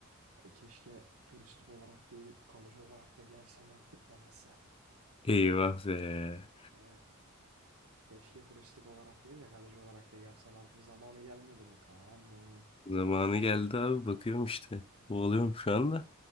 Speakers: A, on the right; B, on the left.
A: E keşke turistik olarak değil kalıcı olarak da gelsen artık da neyse.
B: <laughs> Eyvah be.
A: Hani. Keşke turistik olarak değil de kalıcı olarak da gelsen artık zamanı gelmedi mi Kaan'ım?
B: Zamanı geldi abi bakıyorum işte. Kovalıyorum şu anda.